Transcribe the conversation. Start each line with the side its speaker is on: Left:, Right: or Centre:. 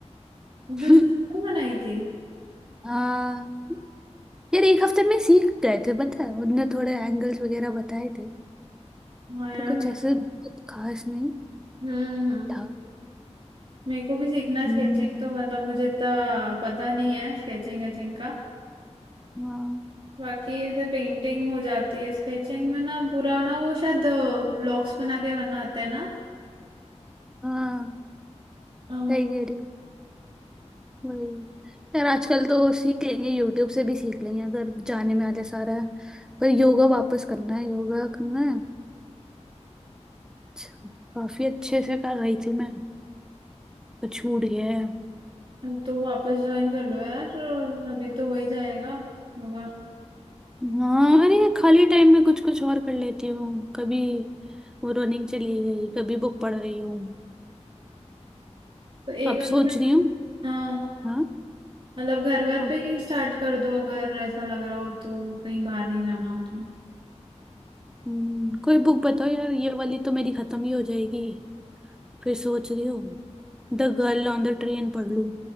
Right: जो
Centre: <laughs>
Right: स्केचिंग बनाई थी
Centre: हाँ यार एक हफ्ते में सीख गए थे पता है उनने थोड़े एंगल्स वगैरह बताए थे
Right: हाँ यार
Centre: तो कुछ
Right: मे-
Centre: ऐसे बहुत खास नहीं
Right: हम्म हम्म
Centre: था
Right: मेरे को भी सीखना है
Centre: हम्म
Right: स्केचिंग तो मतलब मुझे इतना पता नहीं है स्केचिंग वेचिंग का
Centre: हाँ
Right: बाकी ऐसे पेंटिंग हो जाती है स्केचिंग में ना पूरा ना वो शायद ब्लॉक्स बना के बनाते हैं ना
Centre: हाँ
Right: अ,
Centre: सही कह रही हो, वही यार आजकल तो सीख लेंगे यूट्यूब से भी सीख लेंगे अगर जाने में आते सारा पर योगा वापस करना है योगा करना है अच्छा, काफी अच्छे से कर रही थी मैं पर छूट गया है
Right: अब तो वापस ज्वाइन कर लो यार अभी तो वही जाएगा होगा
Centre: हाँ अरे ये खाली टाइम में कुछ कुछ और कर लेती हूँ कभी वो रनिंग चली गई कभी बुक पढ़ रही हूँ
Right: तो एक
Centre: अब
Right: अच्छा-
Centre: सोच रही हूँ
Right: हाँ
Centre: हाँ
Right: मतलब घर वर
Centre: अब
Right: पे ही स्टार्ट कर दो अगर ऐसा लग रहा हो तो कहीं बाहर नहीं जाना हो तो
Centre: हम्म, कोई बुक बताओ यार ये वाली तो मेरी खत्म ही हो जाएगी फिर सोच रही हूँ the girl on the train पढ़ लूँ